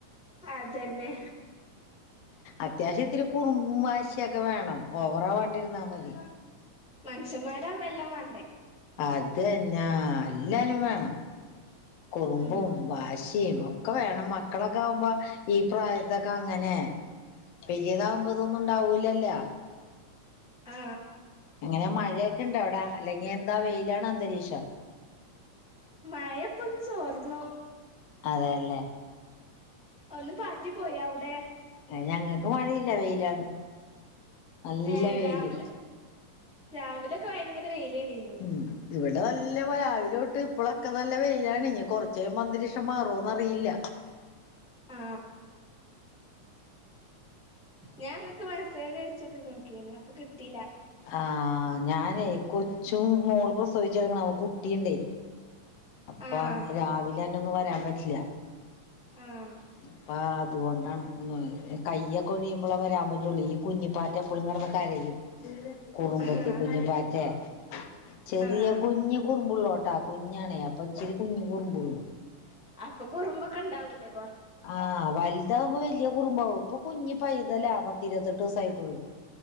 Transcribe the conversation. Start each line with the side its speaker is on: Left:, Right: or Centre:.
Centre: അതന്നെ
Left: അത്യാശ ഒത്തിരി കുറുമ്പാശിയൊക്കെ വേണം ഓവറാ വണ്ടിരുന്ന മതി
Centre: മനുഷ്യന്മാരാമ്പ എല്ലാ മാ
Left: അതെന്നാ അല്ലാരും വേണം കുറുമ്പും
Centre: ഉം
Left: വാശിം ഒക്കെ വേണം മക്കളൊക്കാവുമ്പോ ഈ പ്രായത്തൊക്കങ്ങനെ വെല്ല്യതാമ്പോതൊന്നും ഉണ്ടാവൂലല്ലൊ
Centre: ആ
Left: എങ്ങനെ മഴയൊക്കെ ഇണ്ടോ അവിടാ അല്ലെങ്കി എന്താ വെയിലാണോ അന്തരീക്ഷം
Centre: മയപ്പൊന്ന് ചോർന്നു
Left: അതെയല്ലേ
Centre: ഒന്ന് പാറ്റി പോയി അവ്ടെ
Left: ഞങ്ങക്ക് മഴയില്ല വെയിലാണ് നല്ല
Centre: ഏഹ്
Left: വെയില്
Centre: രാവിലെ രാവിലൊക്കെ ഭയങ്കര വെയി ലേനു
Left: ഉം ഇവിടെ നല്ല രാവിലോട്ട് ഇപ്പളൊക്കെ നല്ല വെയിലാണ് ഇഞ്ഞ് കൊറച്ചയുമ്പം അന്തരീക്ഷം മാറോന്നറിയില്ല
Centre: ആ ഞാൻ ങ്ങക്ക് മെസ്സേജ് അയച്ചൊക്കെ നോക്കീനു അപ്പൊ കിട്ടീല
Left: ആ ഞാനേ കൊച്ചും മോള് പ്രസവിച്ച് കെടക്ണ അപ്പം കുട്ടീണ്ടേ അപ്പ
Centre: ആഹ്
Left: രാവിലെ ഒന്നും വരാൻ പറ്റില്ല
Centre: ആഹ്
Left: അപ്പ അത് അതുകൊണ്ടാണ് കയ്യൊക്കെ ഒഴിയുമ്പോളെ വരാൻ പറ്റൊള്ളേ ഈ കുഞ്ഞിപ്പാറ്റ എപ്പളും കടന്ന് കരയും കുറുമ്പത്തി
Centre: ആഹ്
Left: കുഞ്ഞിപ്പാറ്റെ ചെറിയ
Centre: ആഹ്
Left: കുഞ്ഞ് കുറുമ്പുള്ളോട്ടാ കുഞ്ഞണെ അപ് അപ്പച്ചിരി കുഞ്ഞി കുറുമ്പുള്ളു
Centre: അപ്പൊ കുറുമ്പൊക്കെ ഇണ്ടാവൂലെ
Left: ആ വലുതാവു ൽ കുറുമ്പാവും ഇപ്പ കുഞ്ഞി പൈതലാ പത്തിരുപത്തെട്ട് ദിവസായിട്ടൊള്ളു